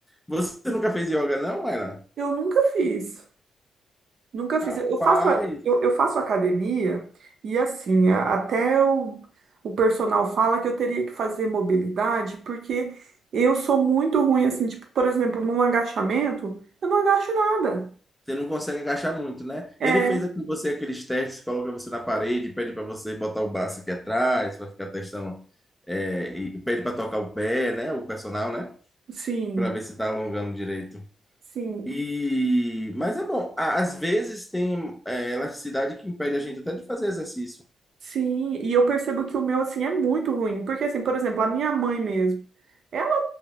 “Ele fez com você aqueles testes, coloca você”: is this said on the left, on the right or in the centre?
Centre